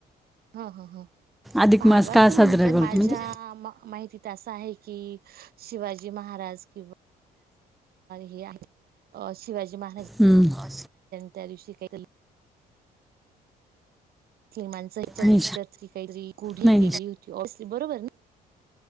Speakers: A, on the right (about 65°); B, in the centre.
A: हो-हो-हो
B: अधिक
A: पांडवांच्या
B: मास का
A: म्हणजे
B: साजरा करतो
A: माझ्यां
B: म्हणजे
A: माहितीत त्यांसं आहे की शिवाजी महारांज किंवा हे आहे आं शिवाजी महारांज
B: हम्मं
A: त्यां दिवशी कांहीं तरी माणसं हिच्यां
B: नाही
A: पिक्चर कांहीतरी गुढी
B: नाही
A: केली होती ओसली बरोबर न